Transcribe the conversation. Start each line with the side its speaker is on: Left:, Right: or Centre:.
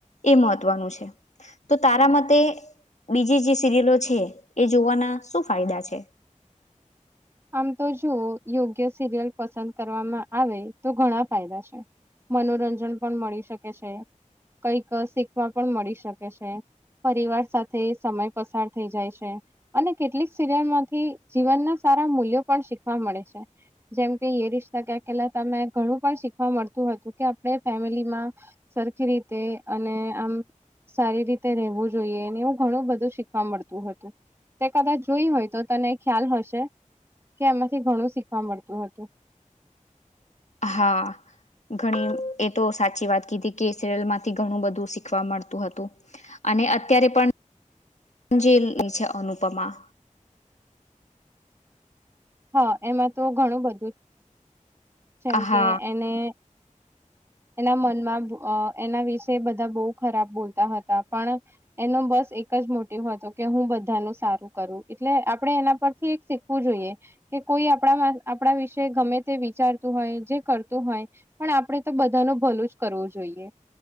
Left: એ મહત્વનું છે તો તારા મતે બીજી જે સિરિલો છે એ જોવાના શું ફાયદા છે
Right: આમ તો જો યોગ્ય સિરિયલ પસંદ કરવામાં આવે તો ઘણા ફાયદા છે મનોરંજન પણ મળી શકે છે કઈક શીખવા પણ મળી શકે છે પરિવાર સાથે સમય પસાર થઈ જાય છે અને કેટલીક સિરિયલ માંથી જીવનના સારા મૂલ્યો પણ શીખવા મળે છે જેમ કે યે રિશ્તા ક્યા કહેલાતા તમે ઘણું પણ શીખવા મળતું હતુ કે આપણે ફેમિલીમાં સરખી રીતે અને આમ સારી રીતે રહેવું જોઈએ એવું ઘણું બધું શીખવા મળતું હતું તે કદાચ જોય હોય તો તને ખ્યાલ હશે કે એમાંથી ઘણું શીખવા મળતું હતું
Left: હા ઘણી એ તો સાચી વાત કીધી કે સિરિયલ માંથી ઘણું બધું શીખવા મળતું હતું અને અત્યારે પણ અંજલી છે અનુપમા
Right: હા એમાં તો ઘણું બધું જેમ
Left: હા
Right: કે એને એના મનમાં એના વિશે બધા બહુ ખરાબ બોલતા હતા પણ એનો બસ એક મોટીવ હતો કે હું બધાનું સારું કરું એટલે આપણે એના પરથી એક શીખવું જોઈએ કે કોઈ આપણા આપણા વિશે ગમે તે વિચારતું હોય જે કરતું હોય પણ આપડે તો બધા ભલું જ કરવું જોઈએ